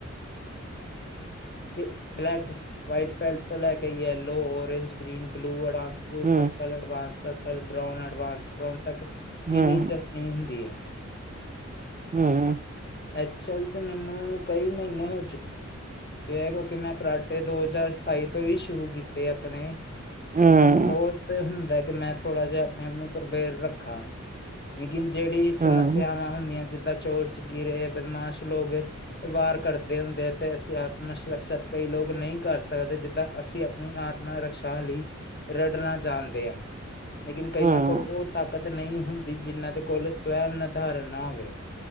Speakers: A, on the left; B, on the right.
A: ਕਿ ਬਲੈਕ ਵਾਈਟ ਪੈਟ। ਤੋਂ ਲੈ ਕੇ yellow orange green blue advance blue
B: ਹੂੰ,
A: purple. Advance purple brown advance brown ਤੱਕ
B: ਹੂੰ,
A: ਕਿਨੀ ਜਨੀ ਹੁੰਦੀ ਹੈ।
B: ਹਮ।
A: ਐਸਲ ਚ ਮੈਨੂੰ ਕਈ ਮਹੀਨੇ ਹੋ ਚੁੱਕੇ। ਕਿ ਕਿਉਂਕਿ ਮੈਂ ਕਰਾਟੇ ਦੋ ਹਜ਼ਾਰ ਸਤਾਈ ਤੋਂ ਹੀ ਸ਼ੁਰੂ ਕੀਤੇ ਆਪਣੇ।
B: ਹੂੰ,
A: ਤੇ ਮੈਨੂੰ ਬਹੁਤ ਹੁੰਦਾ ਕਿ ਮੈਂ ਥੋੜ੍ਹਾ ਜਿਹਾ ਆਪਣੇ ਆਪ ਨੂੰ ਪ੍ਰਪੇਰ ਰੱਖਾਂ। ਮੇਕਿਨ ਜਹੜੀ ਸਮੱਸਿਆਵਾਂ
B: ਹੂੰ।
A: ਹੁੰਦੀਆਂ ਜਿੱਦਾਂ ਚੋਰ ਚ ਗਿਰੇ ਬਦਮਾਸ਼ ਲੋਕਾਂ। ਵਾਰ ਘੱਟਦੇ ਹੁੰਦੇ ਆ ਤੇ ਅਸੀਂ ਆਤਮ ਸ਼ਸ਼ਅਤ ਕਈ ਲੋਕ ਨਹੀਂ ਕਰ ਸਕ। ਸਕਦੇ ਜਿੱਦਾਂ ਅਸੀਂ ਆਪਣੀ ਆਤਮਾ ਰਕਸ਼ਾ ਲਈ ਰੜਨਾ ਚਾਹਣਦੇ ਹਾਂ। ਲੇਕਿਨ ਕਈਆਂ
B: ਹੂੰ,
A: ਕੋਲ ਉਹ ਤਾਕਤ ਨਹੀਂ ਹੁੰਦੀ ਜਿਹਨਾਂ ਦੇ ਕੋਲ ਸਵਮ ਨਿਰਧਾਰਨ ਨਾ ਹੋਵੇ।